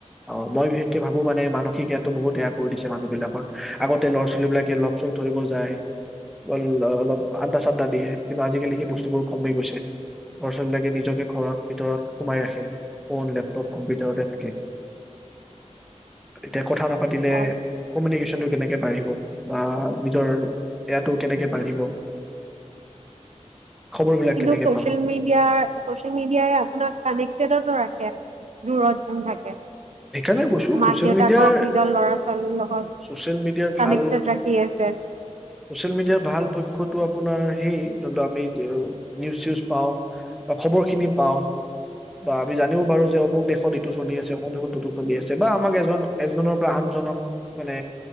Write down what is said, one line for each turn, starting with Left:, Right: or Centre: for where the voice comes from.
Centre: অ মই ভাবো মানে মানসিক ইয়াতো বহুত এয়া কৰি দিছে মানুহ বিলাকৰ আগতে ল'ৰা ছোৱালী বিলাকে লগ চগ ধৰিব যায় অ অলপ আদ্ডা চাদ্দা দিয়ে কা আজিকালি সেই বস্তুবোৰ কমি গৈছে লৰা ছোৱালী বিলাকে নিজকে ঘৰত ভিতৰত সোমাই ৰাখে। ফোন লেপটপ কম্পিউটাৰতে থাকে এতিয়া কথা নাপাতিলে
Right: হয়
Centre: কমিউনি কেনেকে বাঢ়িব বা নিজৰ এয়াটো কেনেকে বাঢ়িব। খবৰ বিলাক
Right: কিন্তু
Centre: কেনেকে
Right: চচিয়েল
Centre: পাব
Right: মিডিয়াত ছ'চিয়েল মিডিয়াই আপোনাক কানেক্টেডত দূৰত থাকে
Centre: সেইকাৰণে কৈছো
Right: মাক
Centre: ছচিয়েল
Right: দেউতাকক
Centre: মিডিয়াৰ
Right: নিজৰ লৰা ছোৱালীৰ লগত
Centre: ছচিয়েল মিডিয়াৰ
Right: কানেক্টত
Centre: ভাল
Right: ৰাখি আছে।
Centre: ছচিয়েল মিডিয়াৰ ভাল আপোনাৰ সেই যোনটো আমি ভিউজ চিউজ পাওঁ বা খবৰ খিনি পাওঁ বা আমি জানিব পাৰোঁ যে অমুক দেশত। চলি আছে এজনতো চলি আছে বা আমাক এজন এজনৰ পৰা আনজনক মানে